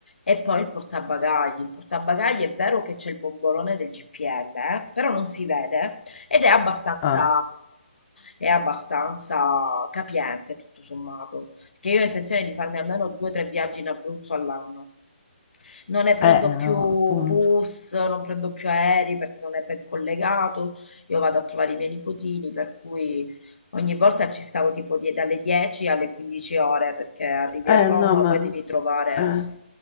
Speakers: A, on the left; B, on the left.
A: E poi il portabagagli. Il portabagagli è vero che c'è il bombolone del GPL, eh, però non si vede ed è abbastanza,
B: ah,
A: è abbastanza capiente tutto sommato. Che io ho intenzione di farmi almeno due o tre viaggi in Abruzzo all'anno non ne prendo
B: eh,
A: più
B: no, appunto.
A: bus, non prendo più aerei perché non è ben collegato, io vado a trovare i miei nipotini, per cui ogni volta ci stavo tipo die- dalle 10 alle 15 ore perché arrivi
B: Eh
A: a Roma,
B: no, ma,
A: poi devi trovare...
B: eh.
A: sì.